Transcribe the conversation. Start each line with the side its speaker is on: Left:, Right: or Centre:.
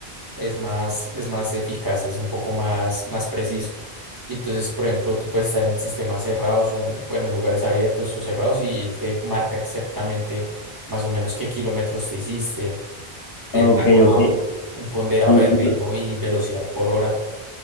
Right: es más, es más eficaz, es un poco más, más preciso. Y entonces, por ejemplo, tú puedes estar en sistemas cerrados o en, bueno, en lugares abiertos o cerrados y él te marca exactamente más o menos qué kilómetros te hiciste, te
Left: Ok,
Right: arroja
Left: ok.
Right: un, un ponderado
Left: L-
Right: de ritmo
Left: l-
Right: y velocidad por hora.